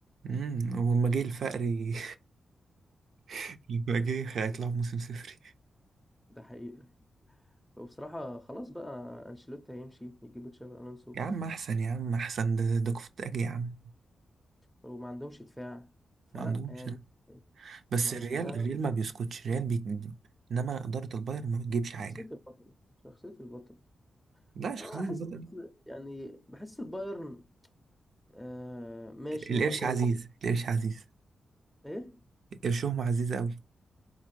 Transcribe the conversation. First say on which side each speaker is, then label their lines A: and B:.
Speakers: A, on the right; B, in the centre.
A: امم ولما جه الفقري <laughs> لما جه هيطلعوا موسم صفري
B: ده حقيقي وبصراحة خلاص بقى انشيلوتي هيمشي يجيبوا تشابي الونسو
A: يا عم احسن يا عم احسن ده ده كفتاجي يا عم
B: وما عندهمش دفاع فلا
A: ما عندهمش
B: يعني
A: ده. بس
B: هما
A: الريال
B: فعلا
A: الريال ما بيسكتش الريال بيجيب انما إدارة البايرن ما بتجيبش حاجة
B: شخصية البطل شخصية البطل
A: لا
B: آه،
A: شخصية البطل
B: احس يعني بحس البايرن آه ماشي
A: القرش
B: هما كويس
A: عزيز القرش عزيز
B: ايه
A: قرشهم عزيز قوي